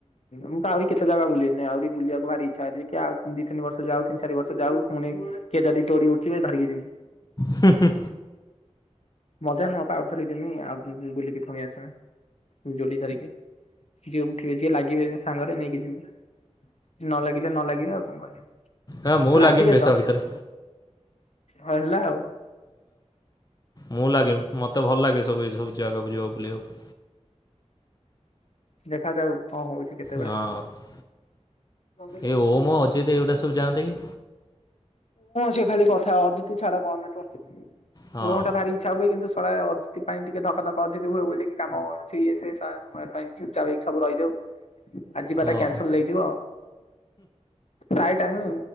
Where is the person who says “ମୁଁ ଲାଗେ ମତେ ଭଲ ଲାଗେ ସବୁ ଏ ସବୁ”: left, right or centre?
Left